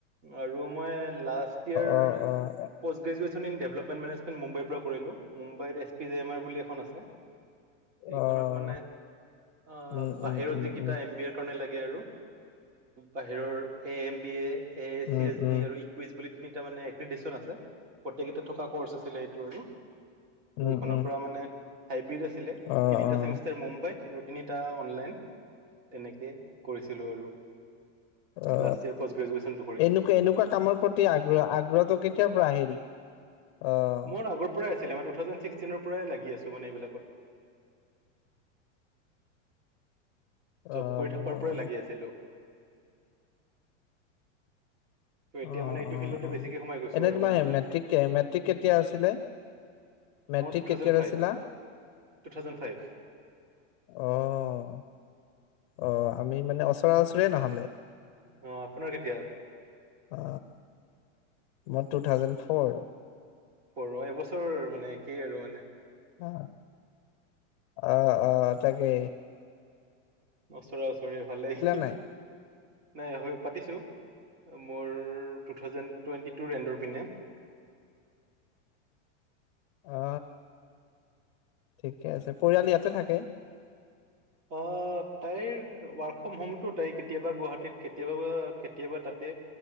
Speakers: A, on the right; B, on the left.
A: আৰু মই লাষ্ট ইয়াৰ
B: অ', অ',
A: post graduation in development management মুম্বাইৰ পৰা কৰিলো মুম্বাইত এছ পিজেমাৰ বুলি এখন আছে এইখনত
B: অ',
A: মানে অ
B: উম,
A: বাহিৰত
B: উম, উম,
A: যিকেইটা
B: উম,
A: এম বি এৰ কাৰণে লাগ তে আৰু বাহিৰৰ এ M B A A
B: um,
A: C S
B: উম।
A: B আৰু ইকুৱেচ বুলি তিনিটা মানে এক্ৰিদিচন আছে গোটেই কেইটা থকাৰ ক্ৰচ আছিলে এইটো আৰু
B: উম,
A: ত এইখনৰ
B: উম,
A: পৰা মানে <unintelligible> ছিলে
B: অ',
A: তিনিটা
B: অ',
A: চেমিষ্টাৰ মুম্বাইত আৰু তিনিটা অনলাইন তেনেকে কৰিছিলো আৰু।
B: অ
A: লাষ্ট ইয়াৰ পষ্ট গ্ৰেজুৱেচনটো কৰিছো
B: এনেকুৱা এনেকুৱা কামৰ প্ৰতি আগ্ৰহ আগ্ৰহটো কেতিয়াৰ পৰা আহিল? অ',
A: মোৰ আগৰ পৰাই আছ আছিলে মই টু থাউজেণ্ড ছিক্সটিনৰ পৰাই লাগি আছো মানে এইবিলাকত।
B: অ',
A: জব কৰি থকাৰ পৰাই লাগি আছিলো। ত' এতিয়া
B: অহ
A: মানে এইটো
B: অ
A: ফিল্ডতে
B: অ
A: বেছিকে সোমাই গৈছো
B: এনে
A: আৰু
B: তোমাৰ
A: মানে ভালকে
B: মেট্ৰিক কে মেট্ৰিক কেতিয়া আছিলে? মেট্ৰিক
A: মোৰ টু
B: কেতিয়াৰ
A: থাউজেণ্ড ফাইভ
B: আছিলা?
A: টু থাউজেণ্ড ফাইভ
B: অহ। অ আমি মানে ওচৰা ওচৰিয়ে নহ'লে।
A: অ, আপোনাৰ কেতিয়া?
B: অ মই টু থাউজেণ্ড ফৰ।
A: পৰ এবছৰ মানে একেই আৰু মানে।
B: না অ অ অ তাকে
A: ওচৰা, ওচৰি ভালেই।
B: নাই?
A: নাই হয়, পাতিছোঁ। মোৰ টু থাউজেণ্ড টুৱেণ্টি টুৰ এণ্ডৰ পিনে।
B: অ ঠিকে আছে। পৰিয়াল ইয়াতে
A: উ
B: থাকে?
A: অহ তাইৰ ৱাৰ্কফম হোমত তাই কেতিয়াবা গুৱাহাটীত কেতিয়াবা হোৱাত কেতিয়াবা তাতে